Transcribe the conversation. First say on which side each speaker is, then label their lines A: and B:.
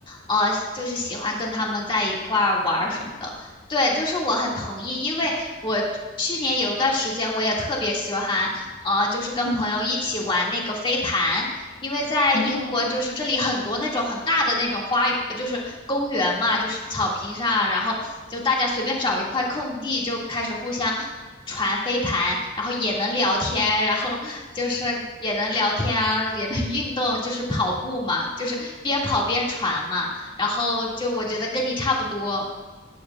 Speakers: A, on the left (about 25°); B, on the left (about 80°).
A: 呃，就是喜欢跟他们在一块儿玩儿什么的。对，就是我很同意，因为我去年有一段时间我也特别喜欢，呃，就是跟朋友一起玩那个飞盘。
B: 嗯，
A: 因为在英国就是这里很多那种很大的那种花园，
B: 哦，
A: 呃就是公园嘛，就是草坪上啊，然后就大家随便找一块空地就开始互相传飞盘，然后也能聊天，
B: 嗯。
A: 然后就是也能聊天啊，也能运动，就是跑步嘛，就是边跑边传嘛，然后就我觉得跟你差不多。